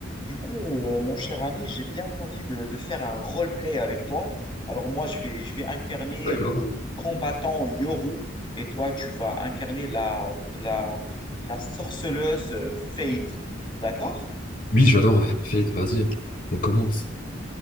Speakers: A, on the left; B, on the left.
A: Du coup, euh, mon cher ami, j'ai bien envie de, de faire un roleplay avec toi. Alors moi, je vais, je vais incarner
B: D'accord?
A: le, le combattant Yoru et toi, tu vas incarner la, la, la sorceleuse Fade. D'accord?
B: Oui, j'adore Fate, vas-y, on commence.